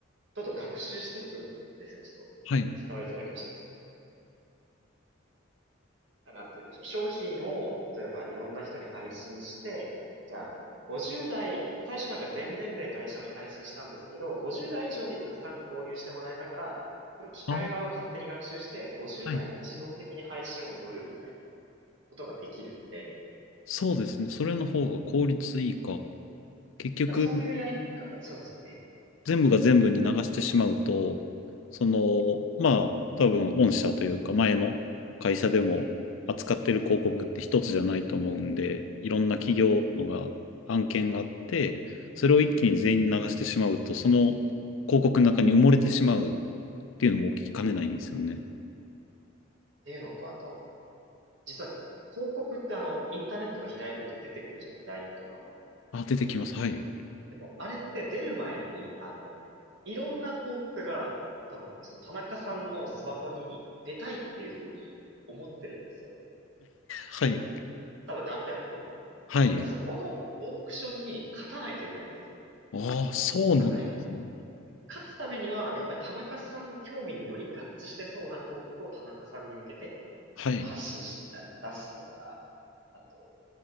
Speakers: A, on the right; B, on the left.
A: どんどん学習していくんですね。ちょっと、
B: はい。
A: 伝わりづらいかもしれないですけど。なんて言うんでしょう。商品を、例えばいろんな人に配信して、じゃあ、50代、最初なんか全年齢対象に配信したんですけど、50代以上にたくさん購入してもらえたから、それを機械側が勝手に学習して、
B: ああ、
A: 50代に自動的に配信を寄るみたいな
B: はい。
A: ことができるんで、
B: そうですね。それの方が効率いいか。結局、
A: えそういうやり方、そうですよ。ええ、
B: 全部が全部に流してしまうと、その、まあ、多分、御社というか、前の会社でも扱ってる広告って一つじゃないと思うんで、
A: ええ、
B: いろんな企業のが、
A: ええ。
B: 案件があって、それを一気に全員に流してしまうと、その広告の中に埋もれてしまうっていうのも起きかねないんですよね。
A: っていうのと、あとあの、実は広告ってあの、インターネットが開いてると出てくるじゃないですか。LINE とか
B: あ、出てきます。はい。
A: でも、あれって出る前に、あの、いろんな広告が、多分、その田中さんのスマホに出たいっていうふうに思ってるんですよ。
B: はい。
A: 多分何百本も。だか
B: はい。
A: らそこのオークションに勝たないといけないんですよ。
B: ああ、そうなんですね。
A: 戦いに。勝つためには、やっぱり田中さんの興味により合致してそうな広告を田中さんに向けて
B: はい。
A: 発信し、あ出すとか、あと、